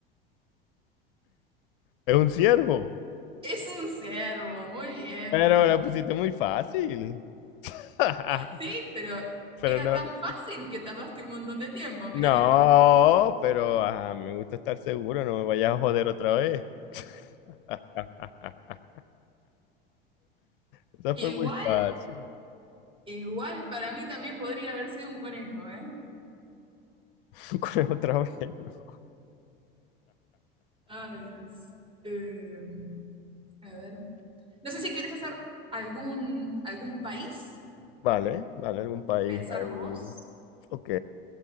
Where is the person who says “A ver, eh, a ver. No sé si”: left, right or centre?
Right